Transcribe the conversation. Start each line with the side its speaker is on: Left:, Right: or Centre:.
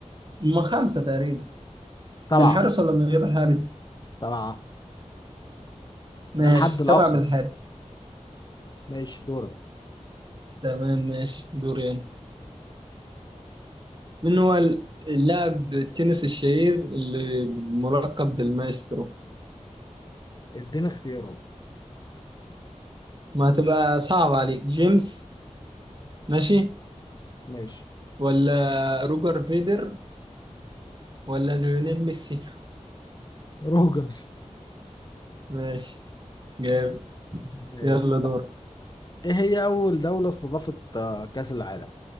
Right: ما خمسة تقريبا
Left: سبعة
Right: بالحارس ولا من غير الحارس؟
Left: سبعة
Right: ماشي
Left: ده الحد الأقصى
Right: سبعة بالحارس
Left: ماشي دورك
Right: تمام ماشي دوري أنا من هو ال- اللاعب التنس الشهير اللي ملقب بالمايسترو؟
Left: اديني اختيارات
Right: ما تبقى صعب عليك جيمس ماشي
Left: ماشي
Right: ولا روجر فيدر ولا ليونيل ميسي
Left: روجر
Right: ماشي جاب
Left: ماشي
Right: يلا دور
Left: طب ايه هي اول دولة استضافت آه، كأس العالم